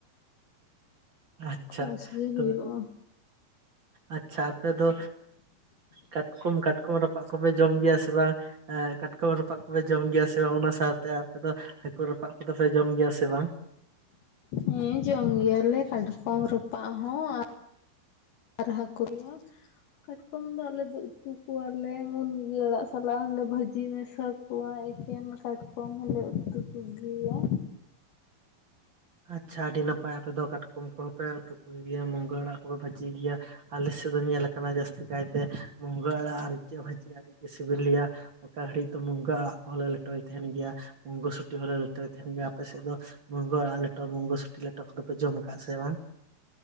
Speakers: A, on the right (about 35°); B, on the left (about 80°).
A: ᱟᱪᱷᱟ
B: ᱪᱟᱥ ᱜᱮ
A: ᱛ
B: ᱦᱩᱭᱩᱜᱼᱟ
A: ᱟᱪᱷᱟ ᱟᱯᱮ ᱫᱚ ᱠᱟᱴᱠᱚᱢ ᱠᱟᱴᱠᱚᱢ ᱨᱟᱯᱟᱜ ᱠᱚᱯᱮ ᱡᱚᱢ ᱜᱮᱭᱟ ᱥᱮ ᱵᱟᱝ ᱠᱟᱴᱠᱚᱢ ᱨᱟᱯᱟᱜ ᱠᱚᱯᱮ ᱡᱚᱢ ᱜᱮᱭᱟ ᱥᱮ ᱵᱟᱝ ᱚᱱᱟ ᱥᱟᱶᱛᱮ ᱟᱯᱮ ᱫᱚ ᱦᱟᱹᱠᱩ ᱨᱟᱯᱟᱜ ᱠᱚᱫᱚ ᱯᱮ ᱡᱚᱢ ᱜᱮᱭᱟ ᱥᱮ ᱵᱟᱝ
B: ᱦᱮᱸ ᱡᱚᱢ ᱜᱮᱭᱟᱞᱮ ᱠᱟᱴᱠᱚᱢ ᱨᱟᱯᱟᱜ ᱦᱚᱸ ᱟᱨ ᱟᱨ ᱦᱟᱠᱚ ᱤᱭᱟ. ᱠᱟᱴᱠᱚᱢ ᱫᱚ ᱟᱞᱮ ᱫᱚ ᱩᱛᱩ ᱠᱚᱣᱟᱞᱮ ᱢᱩᱱᱜᱟᱹ ᱟᱲᱟᱜ ᱥᱟᱞᱟᱜᱞᱮ ᱵᱷᱟᱹᱡᱤ ᱡᱤ ᱢᱮᱥᱟ ᱠᱚᱣᱟ ᱮᱠᱮᱱ ᱠᱟᱴᱠᱚᱢ ᱦᱚᱸᱞᱮ ᱩᱛᱩ ᱠᱚ ᱜᱮᱭᱟ
A: ᱟᱪᱷᱟ ᱟᱹᱰᱤ ᱱᱟᱯᱟᱭ ᱟᱯᱮ ᱫᱚ ᱠᱟᱴᱠᱚᱢ ᱠᱚᱦᱚᱸ ᱯᱮ ᱩᱛᱩ ᱠᱚ ᱜᱮᱭᱟ ᱢᱩᱱᱜᱟᱹ ᱟᱲᱟᱜ ᱠᱚᱯᱮ ᱵᱷᱟᱹᱡᱤ ᱜᱮᱭᱟ ᱟᱞᱮ ᱥᱮᱫ ᱫᱚ ᱧᱮᱞᱞᱟ ᱠᱟᱱᱟ ᱡᱟᱹᱥᱛᱤ ᱠᱟᱭᱛᱮ ᱢᱩᱱᱜᱟᱹ ᱟᱲᱟᱜ ᱟᱨ ᱤᱪᱟᱹᱜ ᱵᱷᱟᱹᱡᱤ ᱟᱹᱰᱤᱜᱮ ᱥᱤᱵᱤᱞ ᱞᱮᱭᱟ ᱚᱠᱟ ᱜᱷᱟᱹᱲᱤᱡ ᱫᱚ ᱢᱩᱱᱜᱟᱹ ᱟᱲᱟᱜ ᱠᱚᱦᱚᱸᱮ ᱞᱮᱴᱚᱭ ᱛᱟᱦᱮᱱ ᱜᱮᱭᱟ ᱢᱩᱱᱜᱟᱹᱥᱩᱴᱤ ᱦᱚᱸᱞᱮ ᱞᱮᱴᱚᱭ ᱛᱟᱦᱮᱱ ᱜᱮᱭᱟ ᱟᱯᱮ ᱥᱮᱫ ᱫᱚ ᱢᱩᱱᱜᱟ. ᱟᱲᱟᱜ ᱞᱮᱴᱚ ᱢᱩᱱᱜᱟ. ᱥᱩᱴᱤ ᱞᱮᱴᱚ ᱠᱚᱫᱚᱯᱮ ᱡᱚᱢ ᱟᱠᱟᱟᱜ ᱥᱮ ᱵᱟᱝ?